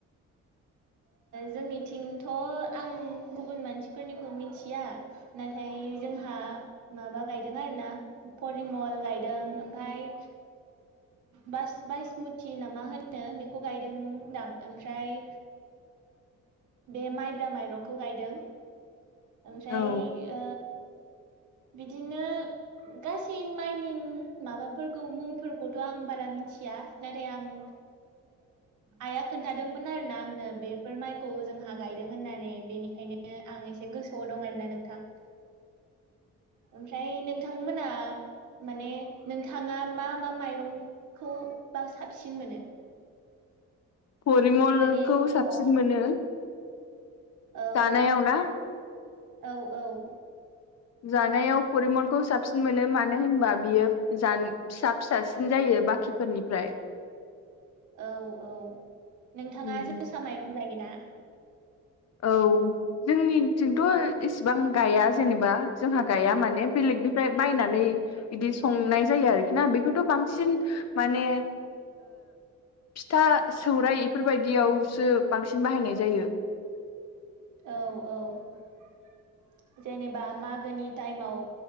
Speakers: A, on the right; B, on the left.
A: जोंनिथिंथ' आं गुबुन मानसिफोरनिखौ मिथिया नाथाय जोंहा माबा गायदों आरो ना परिमल गायदों ओमफाय बास बास्मुथि ना मा होनो बेखौ गायदोंदां ओमफ्राय बे माइब्रा माइरंखौ गायदों ओमफ्राय
B: औ
A: बिदिनो गासै माइनि माबाफोरखौ मुंफोरखौथ' आं बारा मिथिया नाथाय आं आइया खोन्थादोंमोन आरोना आंनो बेफोर माइखौ जोंहा गायदों होननानै बेनिखायनो आं एसे गोसोआव दं आरोना नोंथां ओमफ्राय नोंथांमोना माने नोंथाङा मा मा माइरंखौ बा साबसिन मोनो
B: फरिमलखौ
A: माने जेनेबा
B: साबसिन मोनो
A: औ
B: जानायाव ना
A: औ औ
B: जानायाव फरिमलखौ साबसिन मोनो मानो होनबा बियो जा फिसा फिसासिन जायो बाखिफोरनिफ्राय
A: औ औ नोंथाङा
B: उम
A: जोसा माइरं जायोना
B: औ जोंनिथिंथ' इसेबां गाया जेनेबा जोंहा गाया माने बेलेगनिफ्राय बायनानै बिदि संनाय जायो आरोखि ना बेखौथ' बांसिन माने फिथा सौराइ बेफोरबायदियावसो बांसिन बाहायनाय जायो
A: औ औ जेनेबा मागोनि टाइमाव